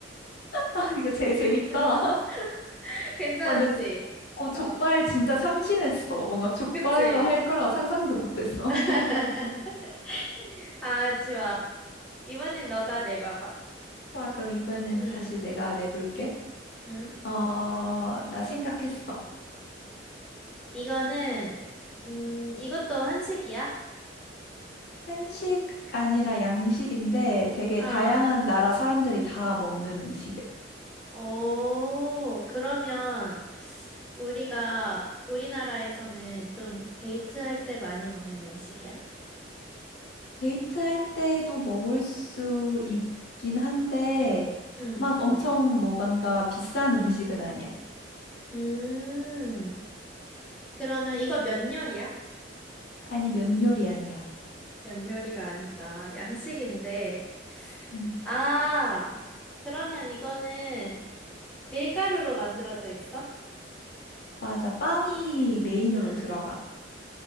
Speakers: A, on the left (about 60°); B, in the centre.
A: 아, 이거 제일 재밌다.
B: <laughs>
A: <laughs> 어,
B: 괜찮았지?
A: 근데 어,
B: 어,
A: 족발 진짜 참신했어. 뭔가 족발로
B: 그치?
A: 할 거라고 상상도 못했어. <laughs>
B: <laughs> 아, 좋아. 이번엔 너가 내봐봐.
A: 좋아, 그럼 이번엔
B: 응,
A: 다시 내가 내볼게.
B: 응.
A: 어, 나 생각했어.
B: 이거는, 음, 이것도 한식이야?
A: 한식 아니라 양식인데 되게
B: 어,
A: 다양한 나라 사람들이 다 먹는 음식이야.
B: 오, 그러면 우리가 우리나라에서는 좀 데이트할 때 많이 먹는 음식이야?
A: 데이트할 때도 먹을 수 있긴 한데,
B: 응,
A: 막 엄청 뭐간가 비싼 음식은 아니야.
B: 음, 그러면 이거 면 요리야?
A: 아니, 면 요리 아니야.
B: 면 요리가 아니다. 양식인데,
A: 음.
B: 아, 그러면 이거는 밀가루로 만들어져 있어?
A: 맞아, 빵이 메인으로
B: 응,
A: 들어가.